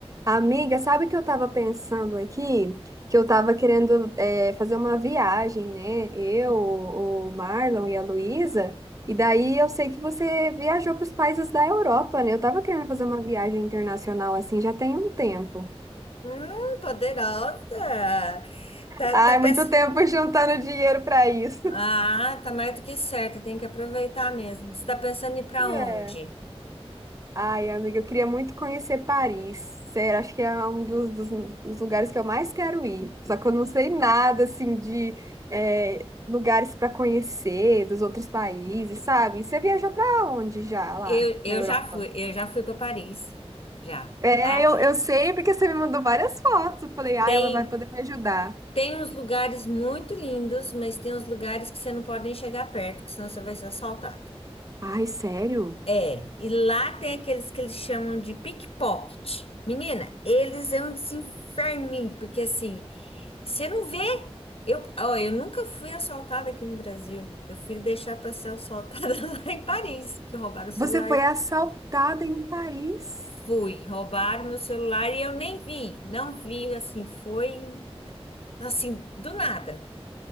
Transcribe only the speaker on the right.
Amiga, sabe o que eu estava pensando aqui? Que eu estava querendo eh, fazer uma viagem, né? Eu, o Marlon e a Luísa. E daí eu sei que você viajou para os países da Europa, né? Eu estava querendo fazer uma viagem internacional assim já tem um tempo.
Ai,
muito
tempo <laughs> juntando dinheiro para isso.
<laughs>
É.
Ai, amiga, eu queria muito conhecer Paris. Sério, acho que é um dos, dos, dos lugares que eu mais quero ir. Só que eu não sei nada, assim, de é, lugares para conhecer dos outros países, sabe? Você viajou para onde já lá
na Europa?
É,
eu, eu sei porque você me mandou várias fotos. Eu Falei, ai,
ela vai poder me ajudar.
Ai, sério?
Você foi assaltada em Paris?